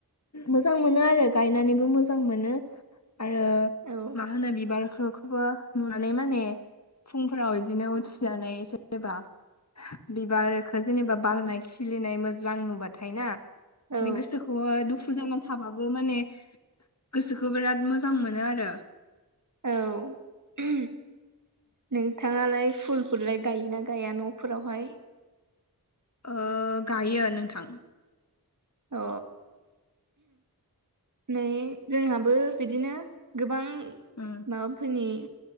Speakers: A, on the left (about 45°); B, on the right (about 50°).
A: मोजां मोनो आरो गायनानैबो मोजां मोनो आरो
B: औ
A: माहोनो बिबारखौ बो नुनानै माने फुंफोराव बिदिनो उथिजनानै जेनेबा बिबारखो जेनेबा बारनाय खिलिनाय मोजां नुबाथाय ना माने
B: औ
A: गोसोख खौहा दुखु जाना थाबाबो माने गोसोखौ बिराद मोजां मोनो आरो
B: औ नोंथां नालाय फुलफोरलाय गायोना गाया न'फोरावहाय
A: ओ गायो नोंथां
B: अ नै जोंहाबो बिदिनो गोबां
A: उम
B: माबाफोरनि